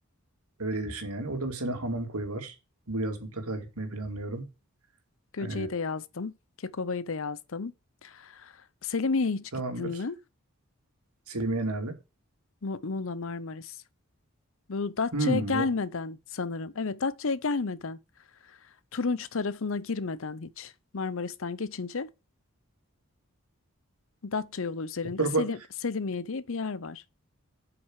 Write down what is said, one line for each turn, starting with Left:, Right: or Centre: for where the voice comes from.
Right: Öyle düşün yani. Orada mesela hamam koyu var. Bu yaz mutlaka gitmeyi planlıyorum.
Left: Göce'yi
Right: Ee,
Left: de yazdım. Kekova'yı da yazdım. Selimiye'ye hiç
Right: tamamdır.
Left: gittin mi?
Right: Selimiye nerede?
Left: Mu- Muğla Marmaris. Bu Datça'ya
Right: Hmm,
Left: gelmeden
Right: o,
Left: sanırım. Evet, Datça'ya gelmeden. Turunç tarafına girmeden hiç. Marmaris'ten geçince Datça yolu üzerinde
Right: o tarafa
Left: Selim, Selimiye diye bir yer var.